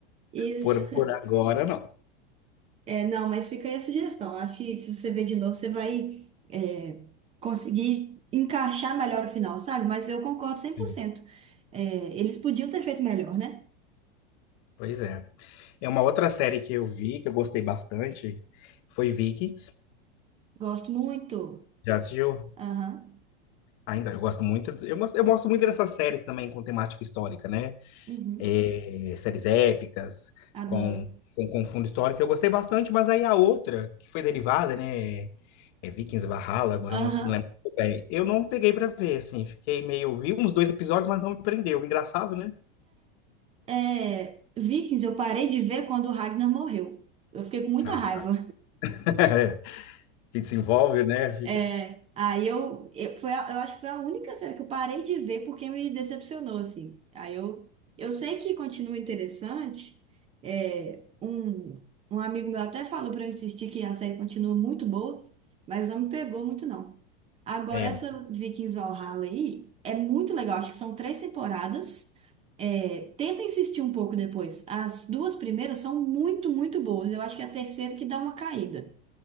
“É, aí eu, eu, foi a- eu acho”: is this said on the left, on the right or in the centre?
Right